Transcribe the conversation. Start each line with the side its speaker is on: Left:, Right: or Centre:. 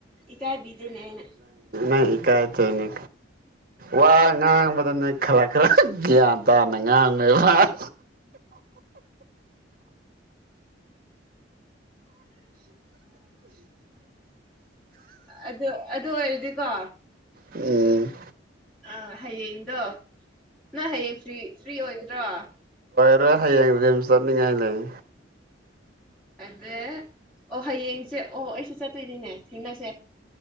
Centre: ꯏꯀꯥꯏꯕꯤꯗꯦꯅꯦ ꯑꯩꯅ
Right: ꯅ ꯀꯥꯏ ꯇꯣꯏꯅꯦ ꯋꯥ ꯉꯥꯡꯕꯗ ꯅꯣꯏ ꯈꯜꯂꯛ ꯈꯔ ꯒ꯭ꯌꯥꯟ ꯇꯥꯅ ꯉꯥꯡꯅꯣꯏꯕꯥꯛ
Centre: ꯑꯗꯨ ꯑꯗꯨ ꯑꯣꯏꯔꯗꯤꯀꯣ <unintelligible>
Right: ꯎꯝ
Centre: ꯑ ꯍꯥꯏꯌꯦꯡ ꯗꯣ ꯅꯪ ꯍꯌꯦꯡ ꯀ꯭ꯔꯤ ꯀ꯭ꯔꯤ ꯑꯣꯏꯒꯗ꯭ꯔꯣ
Right: ꯍꯦ ꯍꯌꯦꯡ ꯔꯤꯝꯁ ꯆꯠꯅꯤꯡꯉꯥꯏ ꯂꯩ
Centre: ꯑꯗ ꯑꯣ ꯍꯌꯦꯡꯁꯦ ꯑꯣ ꯑꯩꯁꯨ ꯆꯠꯇꯣꯏꯅꯤꯅꯦ ꯊꯦꯡꯅꯁꯦ